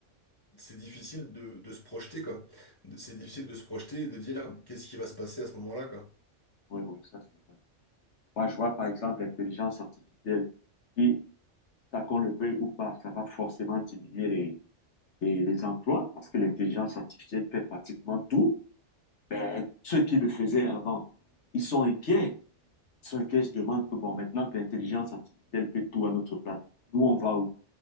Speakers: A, on the left (about 25°); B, on the left (about 70°).
A: c'est difficile de, de se projeter, quoi. De- C'est difficile de se projeter et de dire qu'est-ce qui va se passer à ce moment-là, quoi.
B: Oui, oui, ça c'est vrai. Moi, je vois par exemple l'intelligence artificielle qui ça qu'on le veuille ou pas, ça va forcément diminuer les, les, les emplois parce que l'intelligence artificielle fait pratiquement tout. Ben, ceux qui le faisaient avant, ils sont inquiets. Ils sont inquiets, je demande que bon, maintenant que l'intelligence artificielle fait tout à notre place, nous, on va où?